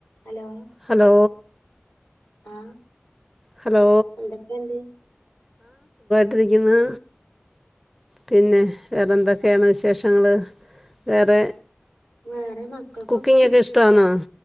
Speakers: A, on the left; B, in the centre.
A: Hello
B: hello
A: ആഹ്
B: hello
A: എന്തൊക്കെയുണ്ട്
B: ട്ടിരിക്കുന്നു പിന്നെ വേറെ എന്തൊക്കെയാണ് വിശേഷങ്ങള് വേറെ
A: വേറെ മക്കക്കൊക്കെ
B: കുക്കിങ്ങൊക്കെ ഇഷ്ടമാണോ